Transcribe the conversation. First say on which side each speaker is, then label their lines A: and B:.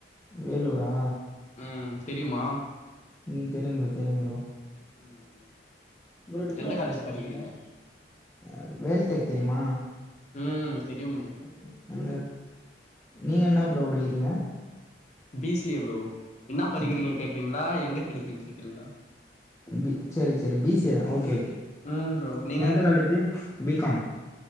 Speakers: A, on the left; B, on the left.
A: வேலூரா
B: உம் தெரியுமா
A: உம் தெரியும் ப்ரோ தெரியும் ப்ரோ
B: ம்
A: ஒரு
B: எந்த காலேஜ் படிக்கிறீங்க
A: <unintelligible> வேல் டெக் தெரிமா
B: ம் தெரியுமே
A: <unintelligible> நீங்க
B: ம்
A: என்னா ப்ரோ படிகிறீங்க
B: பி சி ஏ ப்ரோ என்னாப் படிக்கிறீங்க
A: பி
B: கேக்றீங்ளா எங்க படிக்கிறீங்க கேக்றீங்ளா
A: பி சேரி சேரி B C A okay okay
B: ம் ப்ரோ நீங்க
A: எந்த காலேஜு பி காம்